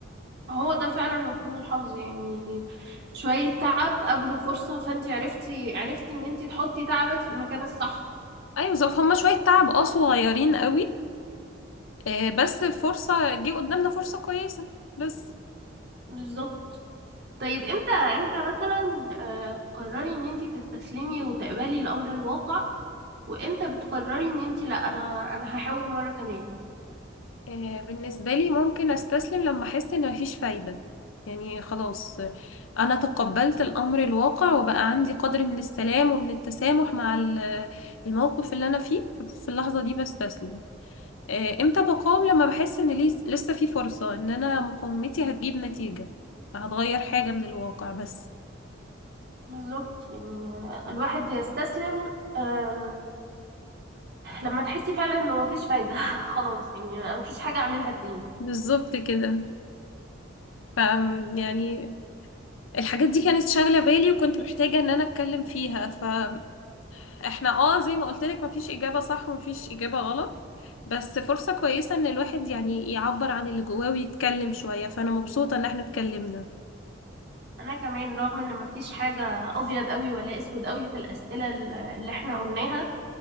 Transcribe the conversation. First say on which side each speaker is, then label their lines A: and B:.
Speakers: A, on the right; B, on the left.
A: هو ده فعلا مفهوم الحظ يعني شوية تعب قبله فرصة فانت عرفتي عرفتي ان انت تحطي تعبك في المكان الصح
B: ايوه ظرف هما شوية تعب اه صغيرين قوي آه، بس فرصة جه قدامنا فرصة كويسة بس
A: بالظبط طيب امتى امتى مثلا آه، تقرري ان انت تستسلمي وتقبلي الامر الواقع وامتى بتقرري ان انت لا انا انا هحاول مرة كمان
B: آه، بالنسبة لي ممكن استسلم لما احس ان مفيش فايدة يعني خلاص آه، انا تقبلت الامر الواقع وبقى عندي قدر من السلام ومن التسامح مع ال- الموقف اللي انا فيه ف- في اللحظة دي بستسلم آه، امتى بقاوم لما بحس ان ليه- لسه في فرصة ان انا مقاومتي هتجيب نتيجة هتغير حاجة من الواقع بس
A: بالظبط يعني الواحد يستسلم آه، لما تحسي فعلا انه مفيش فايدة <laughs> خلاص يعني مفيش حاجة اعملها تاني
B: بالظبط كده ف يعني الحاجات دي كانت شاغلة بالي وكنت محتاجة ان انا اتكلم فيها فاحنا اه زي ما قلت لك مفيش اجابة صح ومفيش اجابة غلط بس فرصة كويسة ان الواحد يعني يعبر عن اللي جواه ويتكلم شوية فانا مبسوطة ان احنا اتكلمنا
A: انا كمان رغم ان مفيش حاجه ابيض قوي ولا اسود قوي في الاسئله ال- اللي احنا قلناها